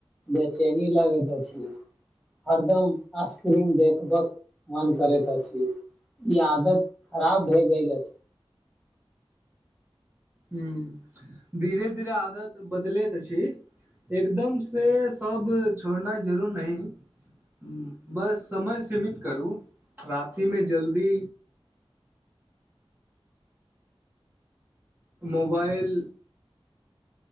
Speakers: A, in the centre; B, on the right.
A: बेचैनी लगैत अछि हरदम स्क्रीन देखबक मन करैत अछि ई आदत खराब भए गेल अछि
B: हूँ धीरे धीरे आदत बदलैत छी एकदम से सब छोड़नाइ जरूर नहि बस समय सीमित करू रातिमे जल्दी मोबाइल